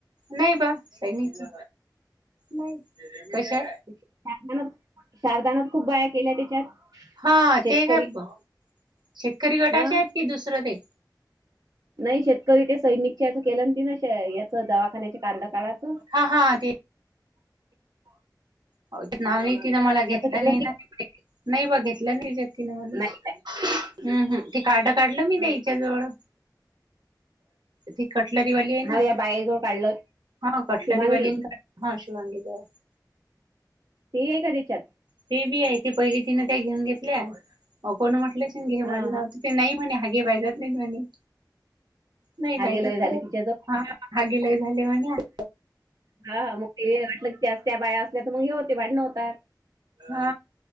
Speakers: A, on the right; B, on the right.
A: नाही बा सैनची नाही कशा
B: शारदाना शारदानात खूप बाया केल्या त्याच्यात
A: हा
B: शेतकरी
A: ते काय ब- शेतकरी गटाचे
B: हा
A: आहेत की दुसरं ते
B: नाही शेतकरी ते सैनिकच्या याच केलं न तीन याचं दवाखान्याचे कार्ड काडायच.
A: हा हा ते
B: ह <unintelligible> <inaudible>
A: हो नाव नाही तिनं मला घेतलं
B: केलं
A: नाही
B: ते
A: ना नाही बा घेतलं नाही ह्याच्यात तिनं मले
B: नाही
A: <unintelligible> हम्म हम्म ते कार्ड काढलं मी
B: हा.
A: त्या ह्याच्या जवळ. ती कटलरीवाली आहे ना
B: हा या बायाजवळ काढलं
A: हा कटलरीवाली
B: शुभांगी
A: हा शिवांगीला आहे.
B: ते आहे का त्याच्यात?
A: ते बी आहे ते पहिली तिने त्या घेऊन घेतल्या अ कोण म्हटले अशील घे
B: हा
A: माझ
B: हा
A: नाव तिथ नाही म्हणे हागे बाई जात नाहीत म्हणे नाही
B: हा
A: बाई
B: गेलं
A: तर
B: झाली तिच्याजवळ
A: हा हागेलाही झाले म्हणे. <unintelligible>
B: हा हा मग ते वाटलं त्याय त्या बाया असल्या तर मग हे होते भांडणं होतात.
A: हा